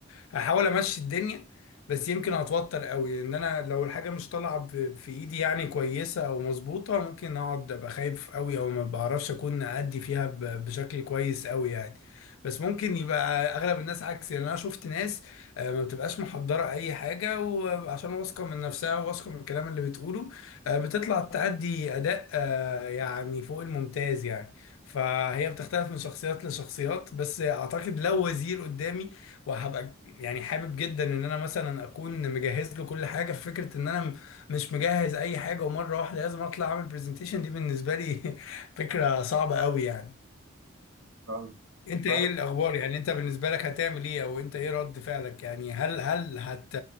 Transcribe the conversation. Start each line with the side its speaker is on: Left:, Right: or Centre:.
Left: هحاول امشي الدنيا بس يمكن اتوتر قوي ان انا لو الحاجه مش طالعه ب- في ايدي يعني كويسه او مظبوطه ممكن اقعد ابقى خايف قوي او ما بعرفش اكون ادي فيها ب- بشكل كويس قوي يعني بس ممكن يبقى اغلب الناس عكسي لان انا شفت ناس آه، ما بتبقاش محضره اي حاجه وعشان واثقه من نفسها وواثقه من الكلام اللي بتقوله آه، بتطلع تأدي اداء آه، يعني فوق الممتاز يعني فهي بتختلف من شخصيات لشخصيات بس اعتقد لو وزير قدامي وهبقى يعني حابب جدا ان انا مثلا اكون مجهز له كل حاجه في فكره ان انا م- مش مجهز اي حاجه ومره واحده لازم اطلع اعمل برزنتيشن دي بالنسبه لي <laughs> فكره صعبه قوي يعني
Right: قوي
Left: انت
Right: انت
Left: ايه
Right: عارف
Left: الاخبار يعني انت بالنسبه لك هتعمل ايه او انت ايه رد فعلك يعني هل هل هت